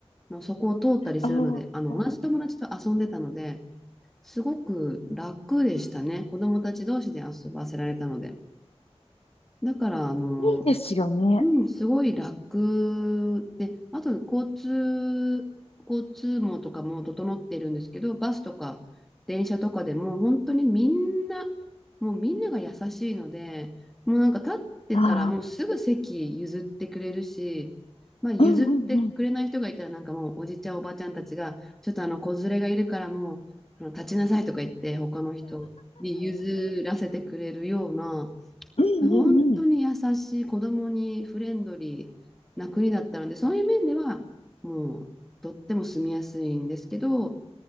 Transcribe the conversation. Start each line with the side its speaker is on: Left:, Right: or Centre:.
Centre: のそこを通ったりするので、
Left: ああ、
Centre: あの同じ友達と遊んでたので、すごく楽でしたね。子供たち同士で遊ばせられたので。だから、あの、
Left: いいですよね。
Centre: うん、すごい楽で、あと交通、交通網とかも整ってるんですけど、バスとか電車とかでも本当にみんな、もうみんなが優しいので、もうなんか立ってたらもうすぐ席譲ってくれるし、
Left: あ
Centre: まあ譲ってくれない人がいたらなんかもうおじちゃんおばちゃんたちが、
Left: あ、うん、うん、うん、
Centre: ちょっとあの子連れがいるからもうあの立ちなさいとか言って他の人に譲らせてくれるような、
Left: うん、
Centre: 本当に優しい、
Left: うん、
Centre: 子供にフレンドリーな国だったので、そういう面では、もう、とっても住みやすいんですけど、